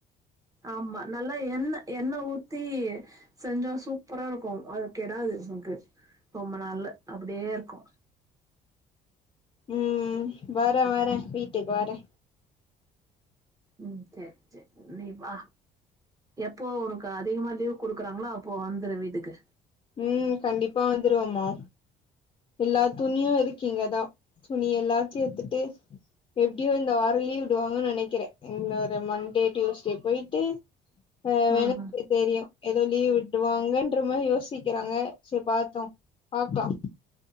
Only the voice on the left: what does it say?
ம் வரே வரே வீட்டுக்கு வரே
ம் கண்டிப்பா வந்துருவோமா ல்லா துணியு இருக்கீங்கதா துணி எல்லாத்துட்டு எப்பிடியோ இந்த வாரலீவு விடுவாங்கன்னு நெனைக்கிறே இந்த ஒரு மண்டே டியூஸ்டே போயிட்டு ஆ <unintelligible>
தெரியு ஏதோ லீவ் விட்டுவாங்கன்ற மாரி யோசிக்கிறாங்க சோ பாத்தோ பாக்கலாம்